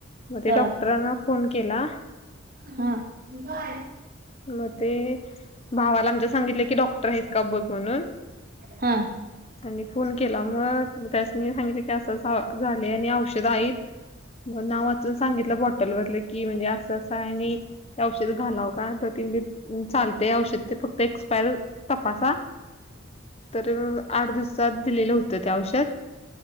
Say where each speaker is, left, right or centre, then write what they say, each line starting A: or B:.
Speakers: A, on the left (about 30°); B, on the right (about 50°).
A: मग ते
B: हा
A: डॉक्टरांना फोन केला
B: हा बर
A: मग ते भावाला आमच्या सांगितले की डॉक्टर आहेत का बघ म्हणून
B: हा
A: आणि फोन केला मग त्यासनी सांगितलं की असं असं झाले आणि औषध आहेत मग नाव वाचून सांगितलं बॉटल वरलं की म्हणजे असंं अस हाय आणि ते औषध घालावं काय ब चालते औषध ते फक्त एक्सपायर तपासा तर आठ दिवसात दिलेलं होतं ते औषध